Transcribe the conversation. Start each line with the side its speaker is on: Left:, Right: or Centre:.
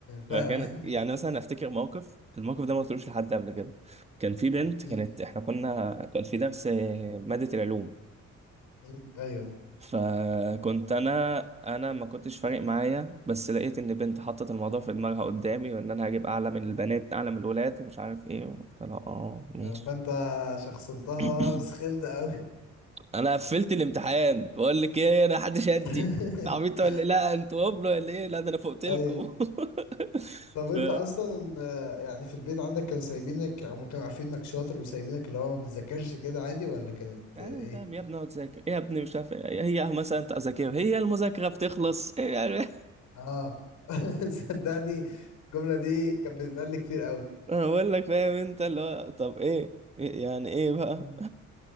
Left: <laughs> فاهمك
Right: فكان يعني مثلا افتكر موقف الموقف ده ما قلتلوش لحد قبل كده كان في بنت
Left: مم.
Right: كانت احنا كنا كان في درس آه، ماده العلوم
Left: مم. ايوه
Right: فكنت انا انا ما كنتش فارق معايا بس لقيت ان بنت حطت الموضوع في دماغها قدامي وان انا هجيب اعلى من البنات اعلى من الولاد ومش عارف ايه قلت لها اه ماشي
Left: آه، فانت شخصنتها
Right: <clears throat>
Left: بقى وسخنت قوي
Right: انا قفلت الامتحان بقول لك ايه انا حدش يدي
Left: <laughs>
Right: انت عبيط ولا إيه؟ لا انتوا قبلوا ولا ايه لا ده انا فوقت لكم
Left: ايوه
Right: <laughs>
Left: طب انت
Right: ف...
Left: اصلا آه، يعني في البيت عندك كانوا سايبينك هم كانوا عارفين انك شاطر وسايبينك اللي هو ما بتذاكرش كده عادي ولا كانت
Right: آه
Left: آه، ايه
Right: فاهم يا ابني اقعد ذاكر إيه يا ابني مش عارف إيه. هي مثلا انت اذاكرها هي المذاكره بتخلص إيه يعني <laughs>
Left: اه <laughs> صدقني الجملة دي كانت بتتقال لي كتير قوي
Right: انا بقول لك فاهم انت اللي هو طب ايه إيه يعني ايه بقى
Left: مم.